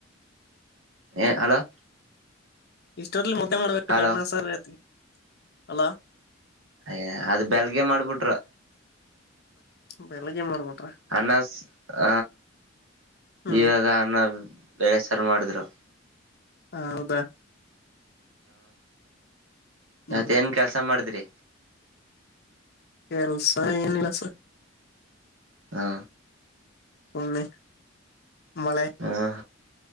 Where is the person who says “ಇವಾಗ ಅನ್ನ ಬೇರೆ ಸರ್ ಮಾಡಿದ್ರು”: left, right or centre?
Right